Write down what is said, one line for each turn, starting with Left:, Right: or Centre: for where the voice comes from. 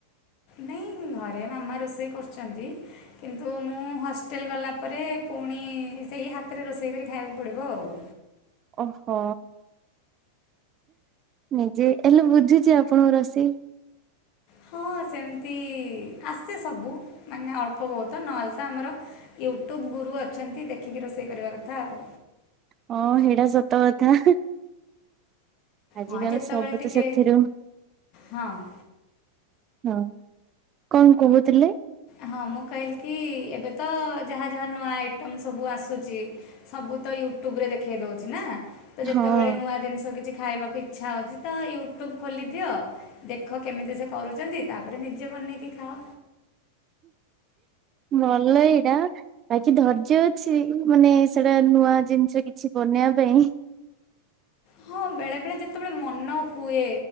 Left: ନାଇଁ ଘରେ ମାମା ରୋଷେଇ କରୁଛନ୍ତି କିନ୍ତୁ ମୁଁ ହଷ୍ଟେଲ ଗଲା ପରେ ପୁଣି ସେହି ହାତରେ ରୋଷେଇ କରି ଖାଇବାକୁ ପଡ଼ିବ ଆଉ
Right: ଓହୋ ନିଜେ ହେଲେ ବୁଝୁଛି ଆପଣଙ୍କ ରୋଷଇ
Left: ହଁ ସେମିତି ଆସେ ସବୁ ମାନେ ଅଳ୍ପ ବହୁତ ନହେଲେ ତ ଆମର ୟୁଟ୍ୟୁବ ଗୁରୁ ଅଛନ୍ତି ଦେଖିକି ରୋଷେଇ କରିବା କଥା ଆଉ
Right: ହଁ ସେଇଟା ସତ କଥା ଆଜି
Left: ହଁ
Right: କାର
Left: ଯେତେବେଳେ
Right: ସବୁ
Left: ଟିକେ
Right: ତ ସେଥିରୁ
Left: ହଁ।
Right: ହଁ କଣ କହୁଥିଲେ?
Left: ହଁ ମୁଁ କହିଲି କି ଏବେ ତ ଯାହା ଯାହା ନୂଆ ଆଇଟମ୍ ସବୁ ଆସୁଛି ସବୁ ତ ୟୁଟ୍ୟୁବ ରେ ଦେଖେଇ ଦଉଛି ନା ତ ଯେତେବେଳେ
Right: ହଁ
Left: ନୂଆ ଜିନିଷ କିଛି ଖାଇବାକୁ ଇଚ୍ଛା ହଉଛି ତ ୟୁଟ୍ୟୁବ ଖୋଲିଦିଅ ଦେଖ କେମିତି ସେ କରୁଛନ୍ତି ତାପରେ ନିଜେ ବନେଇକି ଖାଅ
Right: ଭଲ ଏଇଟା ବାକି ଧୈର୍ଯ୍ୟ ଅଛି ମାନେ ସେଟା ନୂଆ ଜିନିଷ କିଛି ବନେଇବା ପାଇଁ
Left: ହଁ ବେଳେ ବେଳେ ଯେତେବେଳେ ମନ ହୁଏ